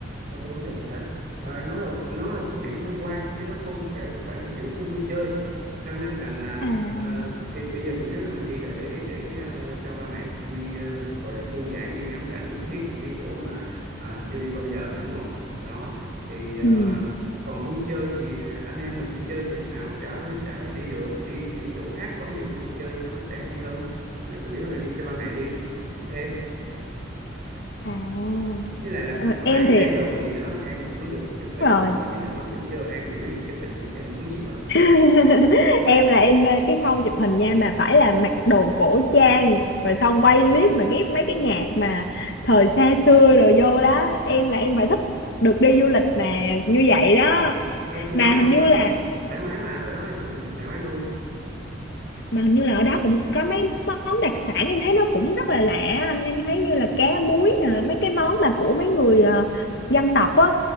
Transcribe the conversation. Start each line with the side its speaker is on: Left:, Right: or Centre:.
Right: không có vấn đề gì hết à, nó là một nó là một cái điểm tham quan chứ nó không phải phải là kiểu khu vui chơi cho nên rằng là
Left: à
Right: ờ, thì bây giờ chủ yếu là mình đi là để để ờ, cho ba mẹ đi ờ, gọi là thư giãn đi ngắm cảnh biết những cái chỗ mà à, chưa đi bao giờ đúng không đó thì ờ,
Left: ừm,
Right: còn vui chơi thì anh em mình vui chơi thì lúc nào chả chả đi được đi những chỗ khác có nhiều khu vui chơi thì nó sẽ hay hơn nó chủ yếu là đi cho ba mẹ đi ok
Left: à
Right: với lại là
Left: Ờ,
Right: cũng thỏa
Left: em
Right: mãn em
Left: thì
Right: rồi còn gì nữa em cũng được chụp hình
Left: đúng rồi
Right: rồi còn gì nữa đúng chưa em chủ yếu chỉ chụp hình thôi chứ em muốn gì nữa
Left: <laughs> em là em mê cái khâu chụp hình nha mà phải là mặc đồ cổ trang rồi xong quay clip mà ghép mấy cái nhạc mà thời xa xưa rồi vô đó em là em phải thích được đi du lịch mà như vậy đó
Right: Ờ, thì
Left: mà
Right: đó thì
Left: hình như
Right: nó
Left: là
Right: thoải mái mà ở đó em chụp hình được thoải mái luôn
Left: mà hình như là ở đó cũng có mấy món đặc sản em thấy nó cũng rất là lạ anh em thấy như là cá muối nè mấy cái món mà của mấy người ờ, dân tộc á